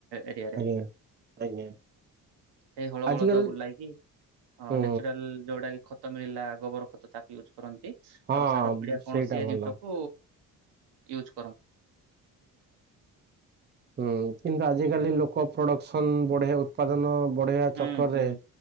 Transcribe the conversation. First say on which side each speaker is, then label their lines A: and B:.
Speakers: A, on the right; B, on the right.
A: ଏରିଆରେ।
B: ଆଜ୍ଞା ଆଜ୍ଞା।
A: ସେଇ ହଳ
B: ଆଜିକାଲି
A: ବଳଦ ବୁଲାଇକି। ହଁ
B: ହୁଁ
A: ନେଚୂରାଲ୍ ଯୋଉଟା କି ଖତ ମିଳିଲା ଗୋବର ଖତ ତାକୁ ୟୁଜ୍ କରନ୍ତି।
B: ହଁ
A: ଆଉ ସାର ପିଡି଼ଆ କଣ
B: ସେଇଟା
A: ସିଏ
B: ଭଲ।
A: ଜିନିଷ କୁ ୟୁଜ।
B: ହୁଁ କିନ୍ତୁ ଆଜିିକାଲି
A: ହୁଁ
B: ଲୋକ ପ୍ରୋଡ଼କ୍ସନ୍ ବଢ଼େଇ ଉତ୍ପାଦନ ବଢ଼େଇବା
A: ହୁଁ
B: ଚକରରେ
A: ହୁଁ